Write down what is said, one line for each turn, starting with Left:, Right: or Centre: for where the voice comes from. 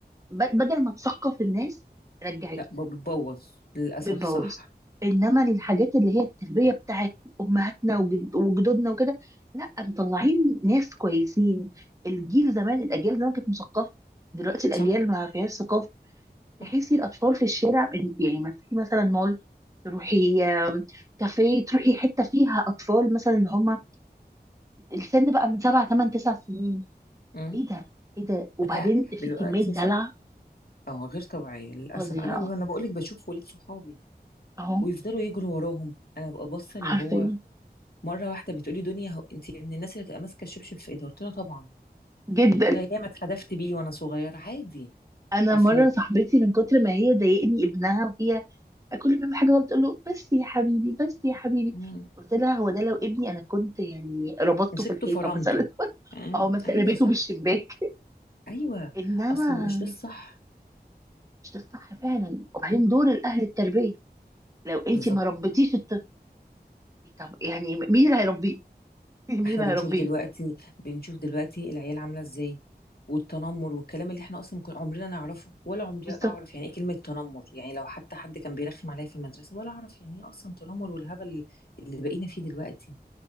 Right: ب- بدل ما تثقف الناس رجعتهم
Left: لا ب- بتبوظ للاسف
Right: بتبوظ
Left: صح
Right: انما الحاجات اللي هي التربيه بتاعت امهاتنا وجد- وجدودنا وكده لا مطلعين ناس كويسين الجيل زمان الاجيال زمان كانت مثقفه دلوقتي الاجيال
Left: صح
Right: ما فيهاش ثقافه تحسي
Left: صح
Right: الاطفال في الشارع يعني ما تروحي مثلا مول تروحي آم، كافيه تروحي حته فيها اطفال مثلا اللي هم السن بقى من سبع ثمان تسع سنين
Left: امم
Right: ايه ده ايه ده وبعدين
Left: لا
Right: في
Left: دلوقتي
Right: كمية دلع
Left: صح اه غير طبيعية للأسف
Right: فظيعة
Left: أنا ب- أنا بقولك بشوف ولاد صحابي
Right: اهو
Left: ويفضلوا يجروا وراهم أنا ببقى باصة
Right: حرفيا
Left: اللي هو مرة واحدة بتقولي دنيا هو أنت من الناس اللي تبقى ماسكة الشبشب في إيدها قلت لها طبعا
Right: جدا
Left: قلت لها ياما اتحدفت بيه وأنا صغيرة عادي
Right: انا
Left: أصل
Right: مرة صاحبتي من كتر ما هي ضايقني ابنها وهي كل ما يعمل حاجة غلط تقول له بس يا حبيبي بس يا حبيبي
Left: مم.
Right: قلت لها هو ده لو ابني انا كنت يعني ربطته
Left: مسكته
Right: في الحيطة
Left: فرمته
Right: مثلا <laughs>
Left: مم.
Right: او مثلا
Left: أيوه
Right: رميته
Left: صح
Right: بالشباك
Left: أيوه
Right: انما
Left: أصل مش ده الصح
Right: مش ده الصح فعلا وبعدين
Left: مم.
Right: دور الاهل التربية لو انت
Left: بالظبط
Right: ما ربيتيش الطفل طب يعني مين اللي هيربيه <laughs> مين
Left: احنا
Right: اللي
Left: بنشوف
Right: هيربيه
Left: دلوقتي بنشوف دلوقتي العيال عامله ازاي والتنمر والكلام اللي احنا اصلا كنا عمرنا نعرفه ولا عمري
Right: بالظبط
Left: اعرف يعني ايه كلمه تنمر يعني لو حتى حد كان بيرخم عليا في المدرسه ولا اعرف يعني ايه اصلا تنمر والهبل اللي بقينا فيه دلوقتي